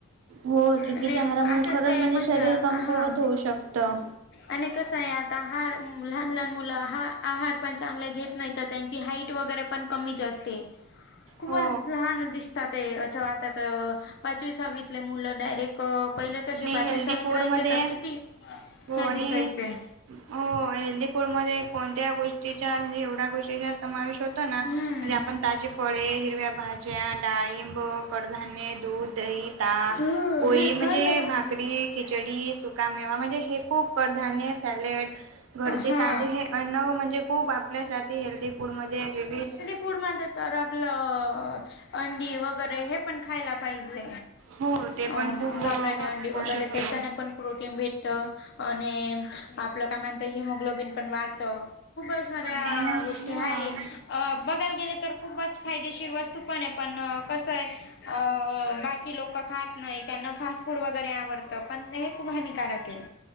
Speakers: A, on the right; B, on the left.
A: हो चुकीच्या
B: आणि
A: आहारामुळे
B: आताच
A: खरंच म्हणजे
B: मज
A: शरीर
B: हा
A: कमकुवत होऊ शकतं.
B: आणि कसं आहे आता हार. लहान लहान मुलं आ आहार पण चांगले घेत नाही तर त्यांची हाईट वगैरे पण कमीच असते. खूपच
A: हो
B: लहान दिसत. ते असं आता पाचवीसावीतले मुलं डायरेक्ट. पहिले कसे
A: आणि
B: पाचवी
A: हेल्दी
B: सावीत
A: फूड
B: राहायचे
A: मध्ये
B: तर किती
A: हो
B: हे
A: आणि
B: दिसायचे.
A: हो हेल्दी फूडमध्ये कोणत्या गोष्टीचा म्हणजे एवढ्या गोष्टीचा समावेश होतो ना. म्हणजे
B: हम्म
A: आपण ताजी फळे हिरव्या भाज्या डाळिंब कडधान्य दूध दही ताक.
B: हा
A: होळी
B: हे
A: मि.
B: खायला पाहिजे.
A: खिचडी सुका मेवा म्हणजे हे खूप कडधान्य सॅलेड घरचे
B: हा
A: ताजे. अन्न म्हणजे खूप आपल्यासाठी हेल्दी फूडमध्ये विविध.
B: फूड मध्ये तर आपलं अंडीी वगैरे हे पण खायला पाहिजे.
A: हो ते
B: अ
A: पण खूप
B: गावडने अंडी वगैरे
A: पोषक
B: त्याच्याने
A: आहे.
B: पण प्रोटीन भेटत. आणि आपलं काय म्हणत हिमोग्लोबिन पण वाढतं खूपचऱ्या.
A: हे हा
B: बघायला गेले तर खूपच फायदेशीर वस्तू पण आहे पण. स आहे बा लोक खात नाही त्यांना फास् फूड वगर. आवडतं पण हे खूप हानिकारक आहे.